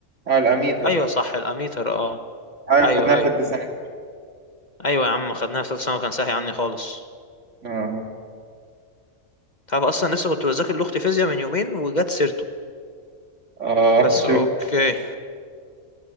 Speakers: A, on the right (about 65°); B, on the left (about 35°).
A: اه الاميتر
B: أيوه صح الأميتر أه
A: ايوه
B: أيوه
A: خدناها
B: أيوه
A: في ثالثه ثانوي
B: أيوه يا عم خدناها في ثالثة ثانوي كان ساهي عني خالص
A: اه
B: تعرف أصلا لسه كنت بذاكر لأختي فيزياء من يومين وجت سيرته
A: اه
B: بس
A: <laughs> شوف
B: أوكي